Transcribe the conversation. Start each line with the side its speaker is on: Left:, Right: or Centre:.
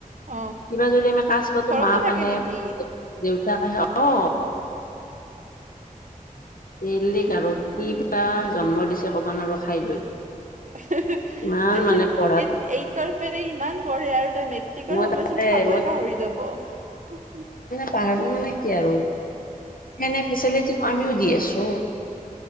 Right: অ
Left: কিবা যদি আমি কাজ পাতো
Right: ঘৰতে
Left: মাক
Right: থাকে
Left: আহে
Right: নেকি
Left: দেউতাক আহে অ বেলেগ আৰু কি
Right: হয় নেকি
Left: বা জন্ম দিছে কব নোৱাৰো খাই লৈ
Right: <unintelligible>
Left: ইমান মানে বতমাচ
Right: এত এইটৰ পেৰে ইমান পঢ়ে আৰু তাই মেট্ৰিকৰ
Left: মই
Right: সময়চোন
Left: তাকে
Right: খাবই
Left: মই
Right: পাহৰি যাব <unintelligible>
Left: পাহৰৰ মানে কি আৰু সেনে ফেচিলিটিটো আমিও দি আছো